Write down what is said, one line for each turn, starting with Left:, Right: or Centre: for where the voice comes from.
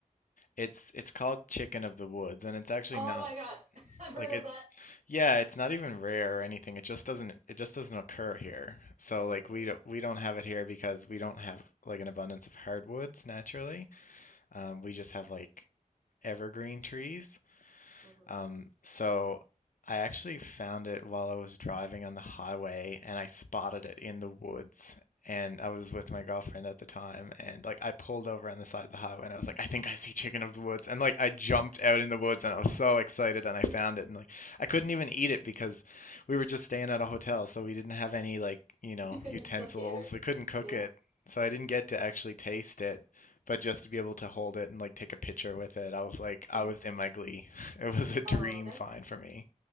Left: it's it's called chicken of the woods, and it's actually
Right: oh
Left: not
Right: my God. <laughs> I've heard
Left: like
Right: of
Left: it's
Right: that.
Left: yeah, it's not even rare or anything. It just doesn't it just doesn't occur here. So
Right: hmm
Left: like we don't we don't have it here because we don't have like an abundance of hardwoods naturally. Um, we just have like evergreen trees.
Right: hmm
Left: Um, so I actually found it while I was driving on the highway and I spotted it in the woods. And I was with my girlfriend at the time and like I pulled over on the side of the highway and I was like, I think I see chicken of the woods. And like I jumped out in the woods and I was so excited and I found it and like I couldn't even eat it because we were just staying at a hotel, so we didn't have any like, you know,
Right: You couldn't
Left: utensils.
Right: cook it or anything.
Left: We couldn't cook
Right: Yeah.
Left: it. So I didn't get to actually taste it, but just to be able to hold it and like take a picture with it, I was like I
Right: Oh,
Left: was in my glee. It was a dream
Right: oh, that's
Left: find for me.